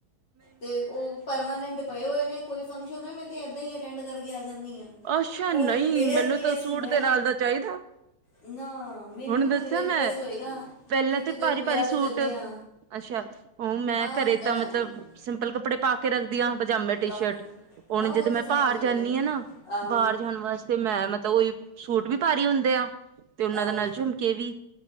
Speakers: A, on the left; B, on the right.
A: ਤੇ ਉਹ ਪਰਮਾਨੈਂਟ ਪਏ ਹੋਏ ਨੇੇ ਕੋਈ ਫੰਕਸ਼ਨ ਹੋਏ ਮੈਂ ਤਾਂ ਇਦ ਹੀ ਅਟੈਂਡ ਕਰਕੇ ਆ ਜਾਂਦੀ ਆ
B: ਅੱਛਾ
A: ਕੋਈ
B: ਨਹੀਂ
A: ਰੇਅਰ
B: ਮੈਨੂੰ
A: ਕੇਸ
B: ਤਾਂ ਸੂਟ
A: ਹੁੰਦਾ
B: ਦੇ
A: ਹੈ
B: ਨਾਲ ਦਾ ਚਾਹੀਦਾ
A: ਨਾ ਮੈਨੂੰ
B: ਹੁਣ
A: ਤਾਂ
B: ਦੱਸਿਆ
A: ਕੋਈ ਰੇਅਰ
B: ਮੈਂ
A: ਕੇਸ ਹੋਏਗਾ
B: ਪਹਿਲਾਂ
A: ਕਿ ਕਿਤੇ
B: ਤੇ ਭਾਰੀ
A: ਵਿਆਹ
B: ਭਾਰੀ ਸੂਟ
A: ਤੇ ਚੱਲੇ ਆ
B: ਅੱਛਾ ਉਹ ਮੈਂ
A: ਹੁੰਦਾ
B: ਘਰੇ ਤਾਂ
A: ਹੈ
B: ਮਤਲਬ ਸਿੰਪਲ ਕੱਪੜੇ ਪਾ ਕੇ ਰੱਖਦੀ ਪਜਾਮੇ, ਟੀ-ਸ਼ਰਟ
A: ਆਹੋ
B: ਹੁਣ
A: ਹਾਂ ਉਹ
B: ਜਦੋਂ
A: ਤੇ
B: ਮੈਂ
A: ਸਭ
B: ਭਾਹਰ
A: ਹੀ
B: ਜਾਂਦੀ
A: ਹੋਇਆ
B: ਹਾਂ ਨਾ,
A: ਆਹੋ
B: ਬਾਹਰ ਜਾਣ ਵਾਸਤੇ ਮੈਂ, ਮਤਲਬ ਉਹੀ ਸੂਟ ਵੀ ਭਾਰੀ ਹੁੰਦੇ ਆ ਤੇ ਉਹਨਾਂ
A: ਆਹੋ
B: ਦੇ ਨਾਲ ਝੁਮਕੇ ਵੀ,